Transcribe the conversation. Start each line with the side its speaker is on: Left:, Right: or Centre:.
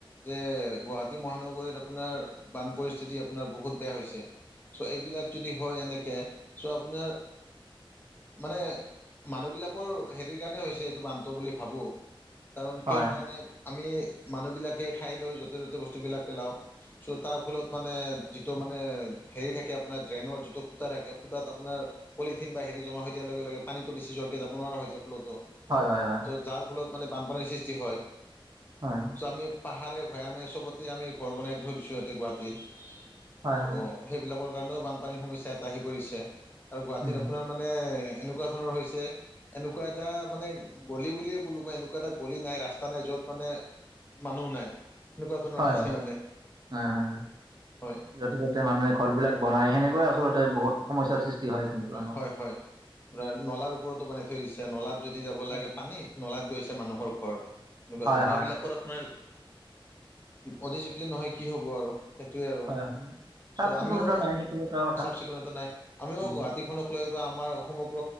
Left: যে গুৱাহাটী মহানগৰীত আপোনাৰ বান পৰিস্থিতি আপোনাৰ বহুত বেয়া হৈছে। চ' এইবিলাক যদি হয় এনেকে চ' আপোনাৰ- মানে মানুহবিলাকৰ হেৰিৰ কাৰণে হৈছে এইটো বানটো বুলি ভাবোঁ- কাৰণ
Right: হয়
Left: কিহৰ কাৰণে আমি মানুহবিলাকে খাই লৈ য'তে ত'তে বস্তুবিলাক পেলাওঁ। চ' তাৰ ফলত মানে যিটো মানে হেৰি থাকে আপোনাৰ ড্ৰেইনৰ যিটো ফুটা থাকে ফুতাত আপোনাৰ- পলিথিন বা হেৰি জমা হৈ দিয়াৰ লগে লগে পানীটো বেছি জ্বৰকৈ যাব নোৱাৰা হৈছে ফ্ল'টো।
Right: হয়' হয়' হয়'।
Left: যাৰ ফলত মানে বানপানীৰ সৃষ্টি হয়।
Right: হয়।
Left: চ' আমি পাহাৰে ভৈয়ামে চবতে আমি ঘৰ বনাই থৈ দিছোঁ ইহঁতে গুৱাহাটীত
Right: হয়, হয়,
Left: অ। সেইবিলাকৰ কাৰণেও বানপানীৰ সমস্যা এটা আহি পৰিছে, আৰু গুৱাহাটীত
Right: উম,
Left: আপোনাৰ মানে এনেকুৱা ধৰণৰ হৈছে। ছে এনেকুৱা এটা মানে গলি বুলিয়ে ক'লো মই এনেকুৱা এটা গলি নাই ৰাস্তা নাই যত মানে। মানুহ নাই এনেকুৱা ধৰণৰ
Right: হয়,
Left: হৈছে
Right: হয়,
Left: মানে
Right: হয়, হয়, হয়।
Left: হয়।
Right: য'তে ত'তে মানুহে ঘৰবিলাক বনাই সেনেকুৱে আচলতে বহুত। সমস্যাৰ সৃষ্টি হয়, কিন্তু
Left: হয় হয়। আপোনাৰ
Right: <unintelligible>
Left: নলাৰ ওপৰতো বনাই থৈ দিছে নলাত যদি যাব
Right: হয়,
Left: লাগে পানী নলাত গৈছে মানুহৰ ঘৰ। এনেকুৱা
Right: হয়,
Left: ধৰণৰ,
Right: হয়,
Left: সেইবিলাকত আপোনাৰ অডিচিপ্লিন নহয় কি হ'ব আৰু। সেইটোৱেই আৰু
Right: হয়, হয়। চাফ
Left: চ'
Right: চিকুণতা
Left: আমিও
Right: নাই সেইটো এটা কথা।
Left: চাফ চিকুণতা নাই আমিও।
Right: উম,
Left: সেইখনক লৈও বা আমাৰ সমগ্ৰ